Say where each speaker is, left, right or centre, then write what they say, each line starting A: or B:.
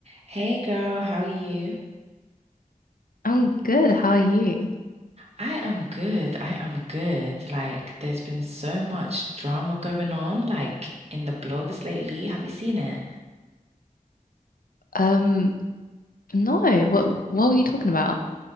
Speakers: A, on the right; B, on the left.
A: Hey girl, how are you?
B: I'm good. How are you?
A: I am good. I am good. Like, there's been so much drama going on, like in the blogs lately. Have you seen it?
B: Um, no, what what were you talking about?